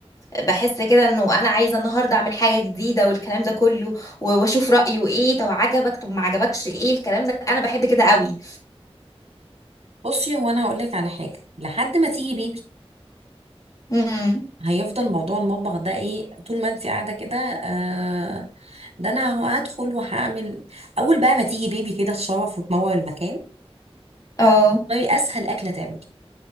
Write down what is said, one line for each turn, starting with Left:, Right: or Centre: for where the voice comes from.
Left: بحس كده انه انا عايزه النهارده اعمل حاجه جديده والكلام ده كله و- واشوف رايه ايه طب عجبك طب ما عجبكش ايه الكلام ده انا بحب كده قوي
Right: بصي هو انا هقول لك على حاجه لحد ما تيجي بيبي
Left: امم
Right: هيفضل موضوع المطبخ ده ايه طول ما انت قاعده كده آه ده انا هدخل وهعمل اول بقى ما تيجي بيبي كده تشرف وتنور المكان
Left: اه
Right: طيب اسهل اكله تعمل